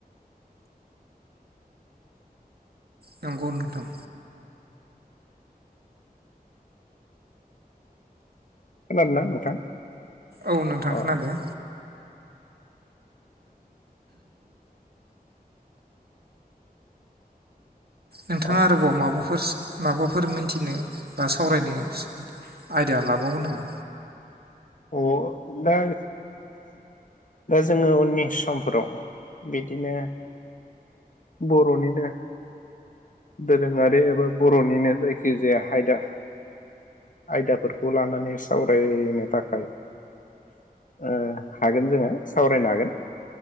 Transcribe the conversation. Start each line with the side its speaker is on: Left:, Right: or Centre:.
Right: नंगौ नोंथां
Left: खोनादोंना नोंथां
Right: औ नोंथां
Left: अ
Right: खोनादो नोंथाङा
Left: अ
Right: आरोबाव माबाफोर माबाफोर मोनथिनो बा सावरायनो आयदा लाबावो नामा
Left: अ दा दा जोङो उननि समफोराव बिदिनो बर'निनो दोरोङारि एबा बर'निनो जायखिजाया आयदा आयदाफोरखौ लानानै सावरायनो थाखाय हागोन ओ हागोन जोङो सावरायनो हागोन